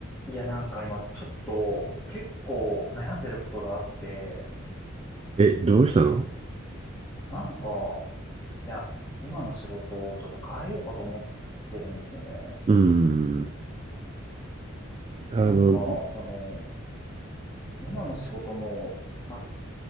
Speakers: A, on the left; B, on the right.
A: いや、なんか今ちょっと結構悩んでることがあって、
B: え、どうしたの
A: なんか、いや、今の仕事をちょっと変えようかと思ってるんですよね。
B: うーん。あの、
A: なんか、その、今の仕事も、ま